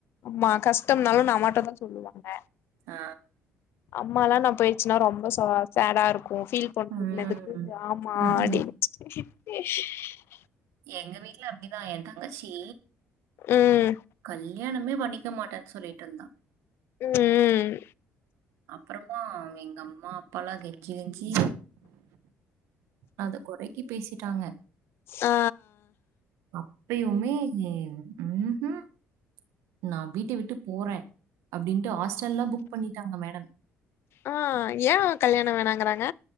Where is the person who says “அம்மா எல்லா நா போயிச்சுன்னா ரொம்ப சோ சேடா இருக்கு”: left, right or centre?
Left